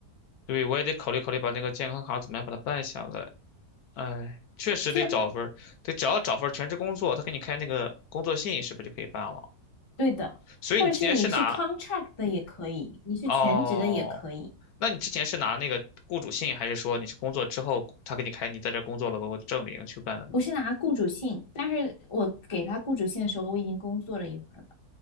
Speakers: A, on the left; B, on the left.
A: 对，我也得考虑考虑把那个健康卡怎么样把它办下来。哎，确实得找份得只要找份儿全职工作，
B: 虽然
A: 他给你开那个工作信，是不是就可以办了？
B: 对的，
A: 所以你之前是拿
B: 或者是你是 contract 的也可以，你是全职的也可以，
A: 哦。那你之前是拿那个雇主信，还是说你是工作之后他给你开，你在这儿工作了，给我证明去办的呢？
B: 我是拿雇主信，但是我给他雇主信的时候，我已经工作了一会儿了。